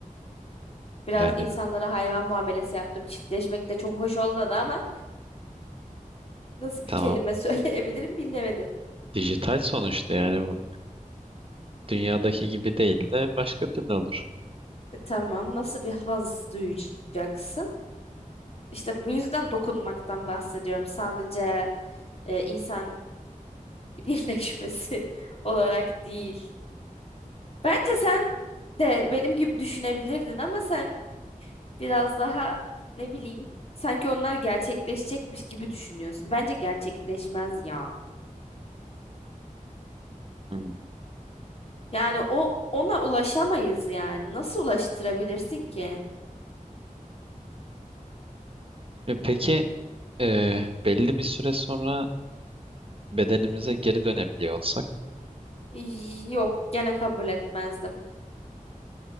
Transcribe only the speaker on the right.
yani
tamam.
Dijital sonuçta yani bu dünyadaki gibi değil de başka türlü olur.
Hmm.
E, Peki e, belli bir süre sonra bedenimize geri dönebiliyor olsak